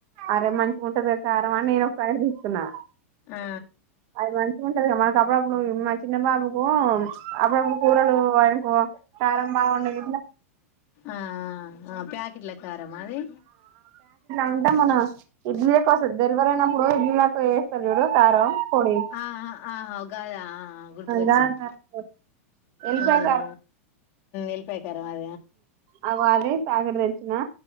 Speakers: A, on the right; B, on the left.
A: అరే మంచిగా ఉంటది దెల్సా ఆ కారం ఆ నేను ఒక ప్యాకెట్ తీసుకున్నా
B: ఆ
A: అది మంచిగా ఉంటంది కదా మనకప్పుడపుడ ఇ మా చిన్న బాబుకు ప్చ్ అప్పుడప్పు కూరలు వాడికోకారం బాట్లాట్
B: ఆ ఆ ప్యాకెట్ల కారమా అది
A: ఉంట మన వస్తది డెలివరీ అయినప్పుడు ఇడ్లీలకు వేస్తారు చూడు కారం పొడి
B: ఆ ఆహాగాదా ఆ గుర్తుకొచ్చింది
A: గా కారం పొడి ఎల్లిపాయ
B: అవున ఎల్లిపాయ కారం అది
A: అ అదది తాగడచ్చనా